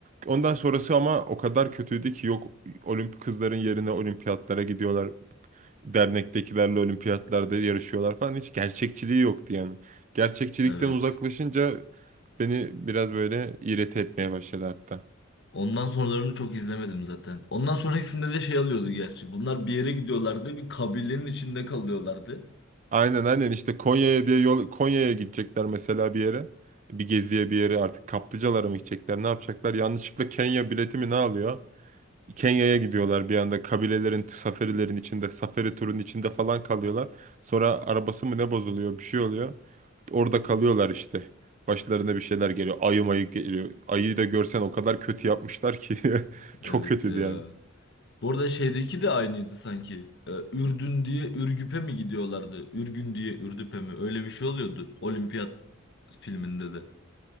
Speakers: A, on the right; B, on the left.
A: Ondan sonrası ama o kadar kötüydü ki yok olimp kızların yerine olimpiyatlara gidiyorlar dernektekilerle olimpiyatlarda yarışıyorlar falan hiç gerçekçiliği yoktu yani. Gerçekçilikten
B: Evet.
A: uzaklaşınca beni biraz böyle iğreti etmeye başladı hatta.
B: Ondan sonralarını çok izlemedim zaten. Ondan sonraki filmde de şey alıyordu gerçi. Bunlar bir yere gidiyorlardı. Bir kabilenin içinde kalıyorlardı.
A: Aynen aynen işte Konya'ya diye yol Konya'ya gidecekler mesela bir yere. Bir geziye bir yere artık kaplıcalara mı gidecekler ne yapacaklar? Yanlışlıkla Kenya bileti mi ne alıyor? Kenya'ya gidiyorlar bir anda kabilelerin safarilerin içinde safari turun içinde falan kalıyorlar. Sonra arabası mı ne bozuluyor bir şey oluyor. Orada kalıyorlar işte. Başlarına bir şeyler geliyor. Ayı mayı geliyor. Ayıyı da görsen o kadar kötü yapmışlar ki. <laughs> Çok
B: Evet
A: kötüydü
B: ya.
A: yani.
B: Bu arada şeydeki de aynıydı sanki. Ee, Ürdün diye Ürgüp'e mi gidiyorlardı? Ürgün diye Ürdüp'e mi? Öyle bir şey oluyordu. Olimpiyat filminde de.